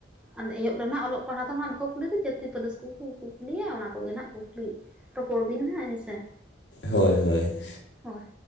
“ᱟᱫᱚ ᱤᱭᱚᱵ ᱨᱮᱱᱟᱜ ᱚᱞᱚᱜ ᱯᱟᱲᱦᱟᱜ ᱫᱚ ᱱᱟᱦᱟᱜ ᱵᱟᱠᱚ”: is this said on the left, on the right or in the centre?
Centre